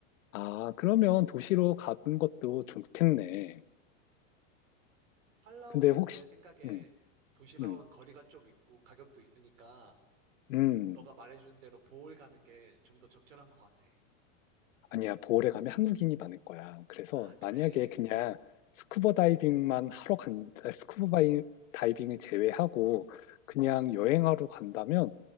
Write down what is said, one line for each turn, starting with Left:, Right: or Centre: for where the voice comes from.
Left: 아, 그러면 도시로 가는 것도 좋겠네.
Right: 팔라우는
Left: 근데 혹시,
Right: 내 생각에
Left: 음,
Right: 도심하고는
Left: 음,
Right: 거리가 좀 있고, 가격도 있으니까,
Left: 음.
Right: 너가 말해준 대로 보홀 가는 게 좀 더 적절한 것 같아.
Left: 아니야, 보홀에 가면 한국인이 많을 거야. 그래서
Right: 아, 그래.
Left: 만약에 그냥 스쿠버 다이빙만 하러 간, 아, 스쿠버 바이- 다이빙을 제외하고 그냥
Right: 음.
Left: 여행하러 간다면